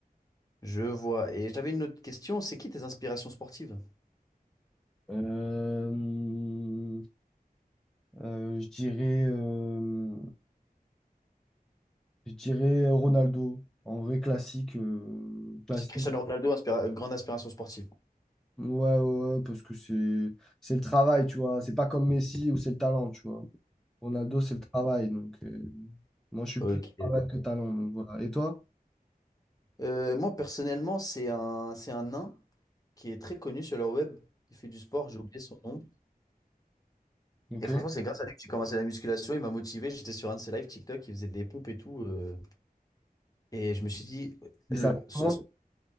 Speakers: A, on the left; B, in the centre.
A: Je vois. Et j'avais une autre question, c'est qui tes inspirations sportives?
B: Euh, euh, je dirais, euh, je dirais Ronaldo. En vrai, classique. euh, classique.
A: Cristiano Ronaldo, inspira- grande inspiration sportive.
B: Ouais, ouais, ouais, parce que c'est c'est le travail, tu vois. C'est pas comme Messi où c'est le talent, tu vois. Ronaldo, c'est le travail. Donc, euh, moi, je suis
A: Ok.
B: plus travail que talent. Donc, voilà. Et toi?
A: Euh, moi, personnellement, c'est un, c'est un nain qui est très connu sur le web. Il fait du sport, j'ai oublié son nom.
B: Ok.
A: Et
B: Et
A: franchement, c'est grâce à lui que j'ai commencé la musculation. Il m'a motivé. J'étais sur un de ses lives TikTok, il faisait des pompes et tout. euh, et je me suis dit, le,
B: ça fait
A: ce-
B: comment
A: ce-